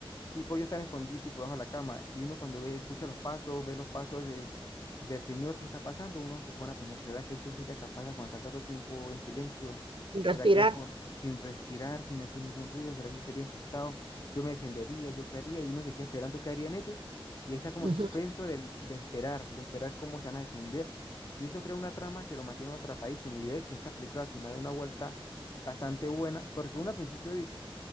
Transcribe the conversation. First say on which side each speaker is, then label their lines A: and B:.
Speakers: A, on the left; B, on the right.
A: Tipo, ellos están escondidos, tipo, bajo la cama. Y uno cuando ve, escucha los pasos, ve los pasos de, del señor que está pasando, uno se pone a pensar, ¿será que yo sería capaz de aguantar tanto tiempo en silencio?
B: Sin
A: ¿Será
B: respirar.
A: que po- sin respirar, sin hacer ningún ruido? ¿Será que yo estaría asustado? ¿Yo me defendería? ¿Yo qué haría? Y uno se queda esperando qué harían ellos. Y ahí está como
B: Ujú,
A: el suspenso del, de esperar, de esperar cómo se van a defender. Y eso crea una trama que lo mantiene uno atrapadísimo. Y de hecho, esta película al final da una vuelta bastante buena, porque uno al principio dice,